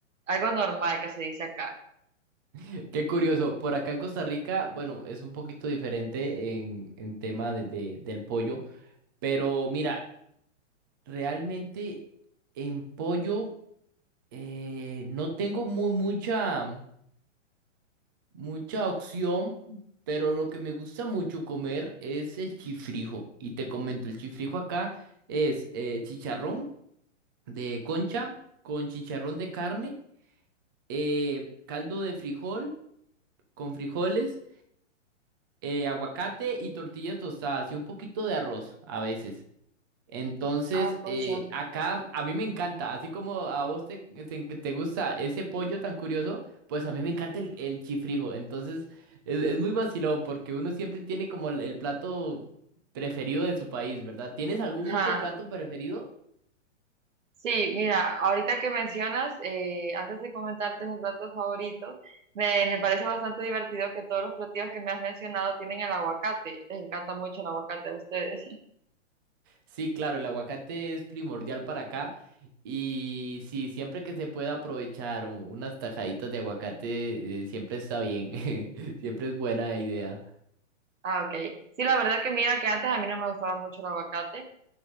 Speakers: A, on the right; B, on the right.
A: algo normal que se dice acá.
B: Eh, Qué curioso. Por acá en Costa Rica, bueno, es un poquito diferente en, en tema de, de- del pollo. Pero mira, realmente en pollo eh, no tengo muy, mucha, mucha opción. Pero lo que me gusta mucho comer es el chifrijo. Y te comento, el chifrijo acá es eh, chicharrón de concha con chicharrón de carne eh, caldo de frijol con frijoles, eh, aguacate y tortillas tostadas y un poquito de arroz a veces. Entonces,
A: Ah, pucha.
B: eh, acá a mí me encanta, así como a vos te, te, te gusta ese pollo tan curioso, pues a mí me encanta el, el chifrijo. Entonces, es, es muy vacilón porque uno siempre tiene como el, el plato preferido de su país, ¿verdad? ¿Tienes algún
A: Ajá.
B: otro plato preferido?
A: Sí, mira, ahorita que mencionas, eh, antes de comentarte mis platos favoritos, me, me parece bastante divertido que todos los platillos que me has mencionado tienen el aguacate. Les encanta mucho el aguacate a ustedes. <laughs>
B: Sí, claro, el aguacate es primordial para acá y sí, siempre que se pueda aprovechar u- unas tajaditas de aguacate, eh, siempre está bien, <laughs> siempre es buena idea.
A: Ah, ok. Sí, la verdad que mira que antes a mí no me gustaba mucho el aguacate.